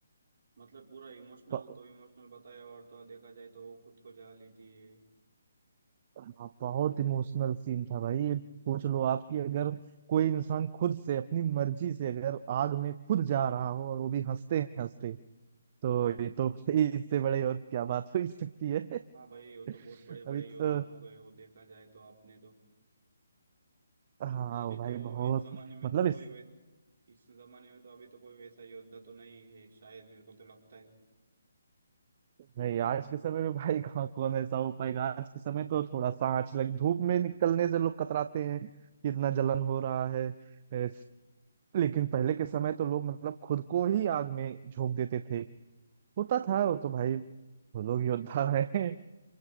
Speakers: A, on the right; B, on the right.
A: मतलब पूरा इमोशनल
B: ब-
A: तो इमोशनल बताया और तो और देखा जाए तो वो खुद को जला लेती है
B: हाँ, बहुत इमोशनल सीन था भाई सोच लो आपकी अगर कोई इंसान खुद से अपनी मर्जी से अगर आग में खुद जा रहा हो और वो भी हंसते हंसते तो ये तो <laughs> इससे बड़े और क्या बात हो ही सकती है <laughs>
A: हाँ भाई वो तो बहुत बड़े बड़े
B: अभी तो
A: योद्धा हो गए वो देखा जाए तो आपने तो
B: हाँ
A: अभी
B: भाई
A: तो
B: बहुत
A: इस जमाने में
B: मतलब
A: तो कोई वैस इस जमाने में तो अभी तो कोई वैसा योद्धा तो नहीं है शायद मेरे को तो लगता है
B: नहीं आज के समय में भाई कहाँ कौन ऐसा हो पाएगा आज के समय तो थोड़ा सा आंच लग धूप में निकलने से लोग कतराते हैं कि इतना जलन हो रहा है एस- लेकिन पहले के समय तो लोग मतलब खुद को ही आग में झोंक देते थे होता था वो तो भाई वो लोग योद्धा <laughs> हैं